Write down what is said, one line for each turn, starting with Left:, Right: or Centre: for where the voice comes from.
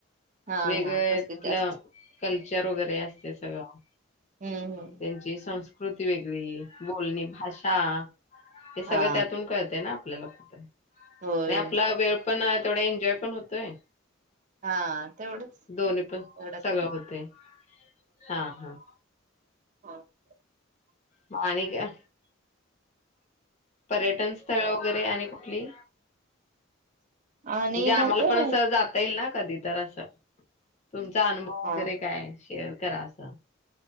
Right: हा
Left: वेगळ
Right: हा प्रसिद्ध
Left: तिथलं
Right: असत
Left: कल्चर वगैरे असते सगळं.
Right: हम्म हम्म
Left: त्यांची संस्कृती वेगळी, बोलणी भाषा हे सगळं
Right: हा
Left: त्यातून कळतं ना आपल्याला कुठ नाही
Right: होय होय
Left: आपला वेळ पणं तेवडा एन्जॉय पण होतोय.
Right: हा तेवढंच
Left: दोन्ही पण.
Right: तेवढंच
Left: सगळं
Right: त्यांच
Left: होतेय. हा हा.
Right: हां.
Left: म आणि काय? पर्यटन स्थळं वगरे <inaudible> आणि कुठली?
Right: आणि
Left: ज्या
Right: भरपूर
Left: आमाला पण असं
Right: आहेत
Left: जाता येईल ना कधी तर असं. तुमचा अनुभव
Right: हा
Left: वगरे कायए? शेअर करा असं.